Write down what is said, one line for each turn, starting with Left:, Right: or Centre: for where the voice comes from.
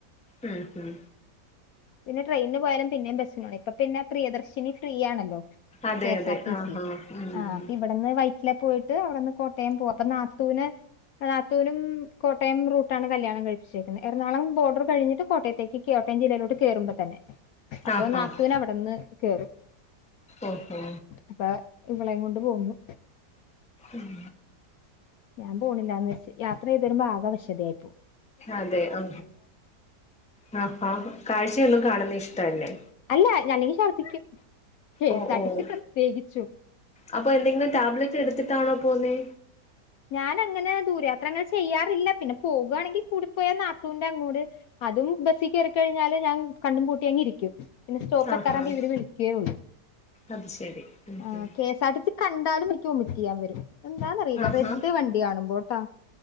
Centre: ഉം ഹും
Left: പിന്ന ട്രെയിന് പോയാലും പിന്നെ ബസിന് പോണം ഇപ്പം പിന്നെ പ്രിയദർശിനി ഫ്രീ ആണല്ലോ
Centre: അതെ
Left: കെ എസ്
Centre: അതെ
Left: ആർ ടി
Centre: ആഹ്
Left: സി
Centre: ആഹ്
Left: ആ
Centre: ഉം
Left: അപ്പൊ ഇവിടുന്ന് വയറ്റിലെ പോയി ട്ട് അവിടെന്ന് കോട്ടയം പോകും അപ്പൊ നാത്തൂനെ നാത്തൂനും കോട്ടയംറൂട്ടാണ് കല്യാണംഴപ്പിച്ചേരിക്കുന്നത് എറണാുളം ബോർഡർ കഴിഞ്ഞിട്ട് കോട്ടയത്തേക്ക് കോട്ടയം ജില്ലയിലോട്ട് കയറുമ്പോൾ തന്നെ അപ്പൊ
Centre: ആഹ്
Left: നാത്തുന
Centre: ആഹ്
Left: അവിടെന്ന് കേറും
Centre: ഓഹോ
Left: അപ്പൊ ഇവളെയും കൊണ്ട് പോന്നു
Centre: ഉം
Left: ഞാൻ പോണില്ലാന്ന് വെച്ച് യാത്ര ചെയ്തു തരുമ്പോ ആകെവശതായിയിപ്പോ
Centre: അതെ ആ ആ ആ കാഴ്ചയൊന്നും കാണുന്ന ഇഷ്ടല്ലേ
Left: അല്ല ഞാനെങ്കി ഛർദ്ദിക്കും ഹ
Centre: ഓഹ്
Left: സാട്ടി
Centre: ഓഹ്
Left: സി പ്ര പ്രത്യേകിച്ചു
Centre: അപ്പൊ എന്തെങ്കിലും ടാബ്ലറ്റ് എടുത്തിട്ടാണോ പോന്നേ
Left: ഞാൻ അങ്ങനെ ദൂരയാത്രങ്ങൾ ചെയ്യാറില്ല പിന്നെ പോകുയാണെങ്കിൽ കൂടിപ്പോയാ നാത്തൂവിൻന്റെ അങ്ങോട് അതും ബസ്സിൽ കയറ കഴിഞ്ഞാല് ഞാൻ കണ്ണും പൂട്ടി അങ്ങി ഇരിക്കും പിന്നെ സ്റ്റോപ്പ്
Centre: ആഹ്
Left: എത്താറ
Centre: ആഹ്
Left: ഇവ വിളിക്കേള്ളൂ
Centre: അത് ശരി ഉം
Left: ആ
Centre: ഉം
Left: K S R T C കാ കണ്ടാലും എനിക്ക് ഒമിറ്റ് ചെയ്യാൻ വരും എന്താന്നറിയില്ല
Centre: ആഹാ
Left: റെഡ് വണ്ടി കാണുമ്പോട്ടാ